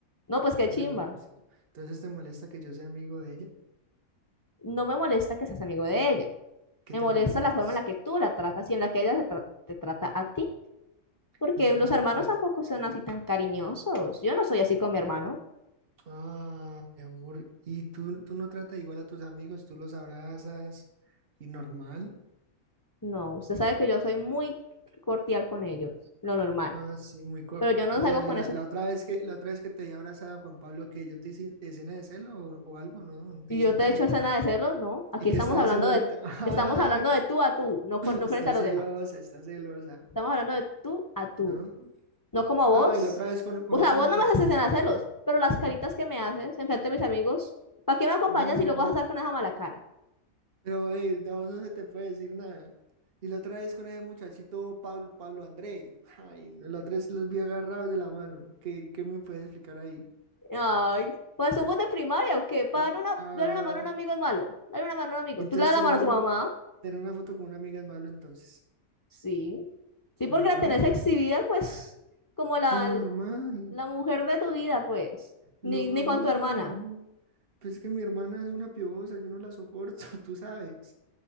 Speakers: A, on the left; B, on the right.
A: No, pues qué
B: Bueno,
A: chimba.
B: amorcito, entonces te molesta que yo sea amigo de ella.
A: No me molesta que seas amigo de ella.
B: ¿Qué
A: Me
B: te
A: molesta
B: molesta
A: la
B: entonces?
A: forma en la que tú la tratas y en la que ella se tra- te trata a ti. Porque
B: ¿Y cómo
A: los hermanos
B: me trata?
A: tampoco son así tan cariñosos. Yo no soy así con mi hermano.
B: Ah, mi amor, ¿y tú, tú no tratas igual a tus amigos? ¿Tú los abrazas y normal?
A: No, usted sabe que yo soy muy cordial con ellos, lo normal.
B: Ah, sí, muy cordial.
A: pero yo no salgo con
B: ¿Y la,
A: eso.
B: la otra vez que, la otra vez que te di abrazada, Juan Pablo, que yo te hice escena de celo o, o algo? No, no te
A: Y
B: hice
A: yo
B: nada.
A: te he hecho escena de celos, no. Aquí
B: ¿Y qué
A: estamos
B: estás
A: hablando
B: haciendo ahorita?
A: de,
B: <laughs>
A: estamos hablando de
B: Ah,
A: tú a tú, no,
B: <clears throat>
A: con, no
B: está
A: frente a los
B: celosa,
A: demás.
B: está celosa,
A: Estamos hablando de tú a tú,
B: ¿no?
A: no como vos.
B: Ah, y la otra vez con, con
A: O sea,
B: ese
A: vos
B: muchachito.
A: no me haces escena de celos, pero las caritas que me haces enfrente de mis amigos, ¿para qué me acompañas
B: Mm,
A: y luego vas a estar con esa mala cara?
B: Pero ey, a vos no se te puede decir nada. Y la otra vez con ese muchachito Pablo, Pablo André. Ay, la otra vez los vi agarrados de la mano. ¿Qué, qué me puedes explicar ahí?
A: Ay, pues somos de primaria o qué? Para
B: Ah,
A: dar una,
B: ah,
A: darle una mano a un amigo es malo. dale una mano a un amigo.
B: entonces
A: Tú le das la
B: tener
A: mano
B: una
A: a tu mamá.
B: foto, tener una foto con una amiga es malo entonces.
A: Sí. Sí, porque
B: No,
A: la tenés exhibida, pues, como la,
B: pues normal,
A: la mujer de tu vida, pues.
B: normal,
A: Ni, ni con tu hermana.
B: amor. Pues es que mi hermana es una piojosa, yo no la soporto, <laughs> tú sabes.